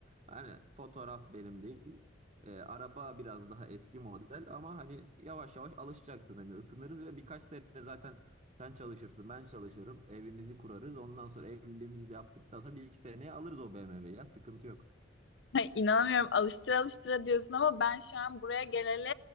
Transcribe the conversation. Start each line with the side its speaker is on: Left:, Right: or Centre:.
Right: Hani fotoğraf benim değil. E, araba biraz daha eski model ama hani yavaş yavaş alışacaksın hani ısınırız ve birkaç sene zaten sen çalışırsın, ben çalışırım. Evimizi kurarız. Ondan sonra evliliğimizi de yaptıktan sonra bir iki seneye alırız o BMW'yi ya. Sıkıntı yok.
Left: Ay, inanamıyorum alıştıra alıştıra diyorsun ama ben şu an buraya geleli